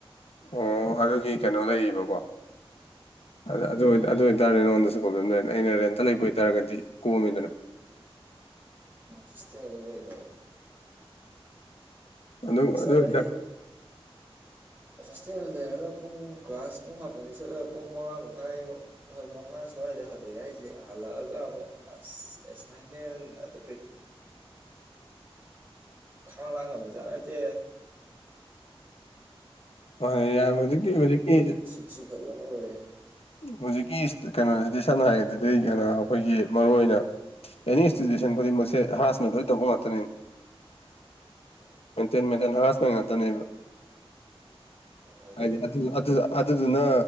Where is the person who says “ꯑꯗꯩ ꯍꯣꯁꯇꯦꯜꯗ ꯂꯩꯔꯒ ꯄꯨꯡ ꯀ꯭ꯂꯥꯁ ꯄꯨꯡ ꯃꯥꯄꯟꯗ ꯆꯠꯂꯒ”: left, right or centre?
Right